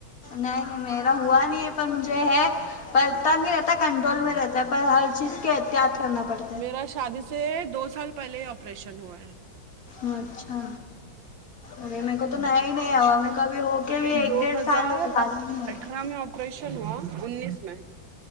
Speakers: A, on the left; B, on the right.
A: نہیں نہیں میرا ہوا نہیں ہے پر مجھے ہے پر اتنا نہیں رہتا کنٹرول میں رہتا ہے پر ہر چیز کے احتیاط کرنا پڑتا
B: میرا شادی سے دو سال پہلے آپریشن ہوا ہے
A: اچھا ارے میر کو
B: ہے
A: تو نیا ہی نہیں آ میں کوابھی ہو کے بھی ایک
B: دو
A: ڈیڑھ
B: ہزار
A: سال ہوا زیادہ نہیں ہوا
B: اٹھارہ میں آپریشن ہوا انیس میں